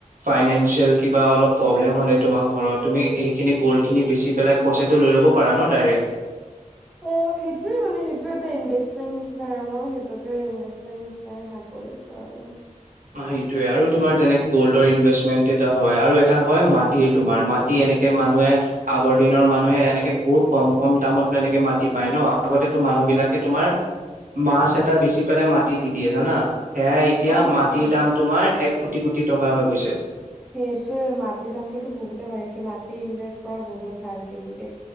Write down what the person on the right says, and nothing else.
ফাইনেঞ্চিয়েল কিবা অলপ প্ৰব্লেম হলে তোমাক ঘৰত তুমি এইখিনি গল্ড খিনি বেছি পেলাই পইচাটো লৈ ল'ব পাৰা ন ডাইৰেক্ট
অহ সেইটোৱে আৰু তোমাৰ যেনেকে গ'ল্ডৰ ইনভেষ্টমেন্ট এটা হয় আৰু এটা হয় মাটিৰ তোমাৰ মাটি মাটি এনেকে মানুহে আগৰ দিনৰ মানুহে এনেকে বহুত কম কম দামত এনেকে মাটি মাটি পায় ন আগতো মানুহ
বিলাকে তোমাৰ মাছ এটা বেচি পেলাই মাটি দি দিয়ে জানা সেয়াই এতিয়া
মাটিৰ দাম
তোমাৰ এক কোটি কোটি টকা হৈ গৈছে